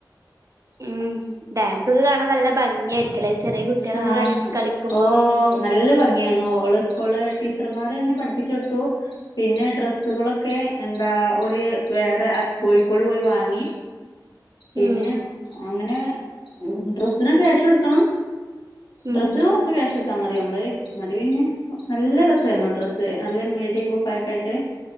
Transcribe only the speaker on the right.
ഉം ഡാൻസൊക്കെ കാണാൻ നല്ല ഭംഗിയായിരിക്കല്ലേ ചെറിയ കുട്ടികളൊക്കെ
ക കളിക്കുമ്പോ
ഉം
ഉം